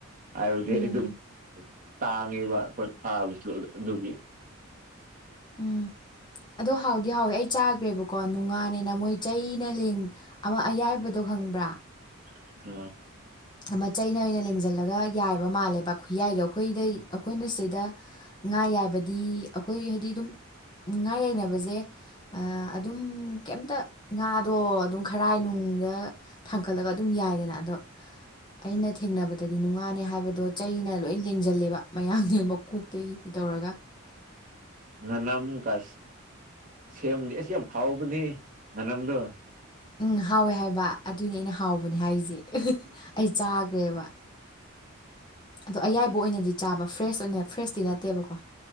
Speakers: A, on the right (about 40°); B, on the left (about 20°).
A: ꯍꯥꯏꯕꯗꯤ
B: ꯎꯝ
A: ꯑꯗꯨꯝ ꯇꯥꯡꯉꯦꯕ ꯑꯩꯈꯣꯏ ꯐꯥꯕꯁꯨ ꯑꯗꯨꯒꯤ
B: ꯎꯝ ꯑꯗꯣ ꯍꯥꯎꯗꯤ ꯍꯥꯎꯋꯦ ꯑꯩ ꯆꯥꯒ꯭ꯔꯦꯕꯀꯣ ꯅꯨꯡꯉꯥ ꯅꯤꯅ ꯃꯣꯏ ꯆꯩꯅ ꯂꯦꯡ ꯑꯃ ꯑꯌꯥꯏꯕꯗꯣ ꯈꯪꯕ꯭ꯔꯥ
A: <unintelligible>
B: ꯑꯃ ꯆꯩꯩꯅ ꯑꯣꯏꯅ ꯂꯦꯡꯁꯤꯜꯂꯒ ꯌꯥꯏꯕ ꯃꯥꯜꯂꯦꯕ ꯈꯨꯌꯥꯏꯗꯣ ꯑꯩꯈꯣꯏꯗꯩ ꯑꯩꯈꯣꯏꯅ ꯁꯤꯗ ꯉꯥ ꯌꯥꯏꯕꯗꯤ ꯑꯩꯈꯣꯏ ꯍꯥꯏꯗꯤ ꯑꯗꯨꯝ ꯉꯥ ꯌꯩꯅꯕꯁꯦ ꯑꯥ ꯑꯗꯨꯝ ꯀꯩꯝꯇ ꯉꯥꯗꯣ ꯑꯗꯨꯝ ꯈꯔꯥꯏꯅꯨꯡꯗ ꯊꯥꯡꯀꯠꯂꯒ ꯑꯗꯨꯝ ꯌꯥꯏꯗꯅ ꯑꯗꯣ ꯑꯩꯅ ꯊꯦꯡꯅꯕꯗꯗꯤ ꯅꯨꯡꯉꯥꯅꯤ ꯍꯥꯏꯕꯗꯣ ꯆꯩꯅ ꯂꯣꯏ ꯂꯦꯡꯁꯤꯜꯂꯦꯕ ꯃꯌꯥ ꯃꯀꯣꯛꯇꯒꯤ ꯇꯧꯔꯒ
A: ꯉꯥꯅꯝ ꯀ ꯁꯦꯝꯕꯅꯤ ꯑꯁ ꯌꯥꯝ ꯍꯥꯎꯕꯅꯤ ꯉꯥꯅꯝꯗꯣ
B: ꯎꯝ ꯍꯥꯎꯋꯦ ꯍꯥꯏꯕ ꯑꯗꯨꯏꯅꯦ ꯑꯩꯅ ꯍꯥꯎꯕꯅꯦ ꯍꯥꯏꯁꯦ ꯑꯩ ꯆꯥꯈ꯭ꯔꯦꯕ ꯑꯗꯣ ꯑꯌꯥꯏꯕ ꯑꯣꯏꯅꯗꯤ ꯆꯥꯕ ꯐ꯭ꯔꯦꯁ ꯑꯣꯏꯅ ꯐ꯭ꯔꯦꯁꯇꯤ ꯅꯠꯇꯦꯕꯀꯣ